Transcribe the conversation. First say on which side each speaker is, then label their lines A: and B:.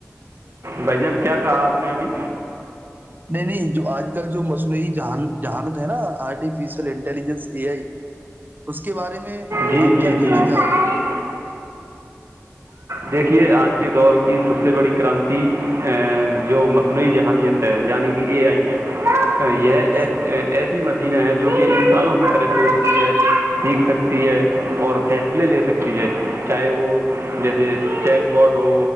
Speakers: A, on the right (about 35°); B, on the right (about 60°).
A: <unintelligible>
B: بھائی جان کیا کہا آپ نے ابھی
A: نہیں نہیں جو آج کل جو مصنوعی جہانت ہے نا آرٹیفیشل انٹلیجنس ا آئی اس کے بارے میں میں
B: جی
A: آپ
B: جی
A: کیا کہنا
B: جی بتائیں
A: چاہو گے
B: دیکھیے آج کے دور کی سب سے بڑی کرانتی جو مصنوعی جہانیت ہے یعنی کہ اے آئی ہے یہ
A: جی
B: ایسی مشینیں ہیں جو کہ انسانوں کی طرح سوچتی ہے سیکھ سکتی ہے اور لے لے سکتی ہے چاہے وہ جیسے چیٹ باٹ ہو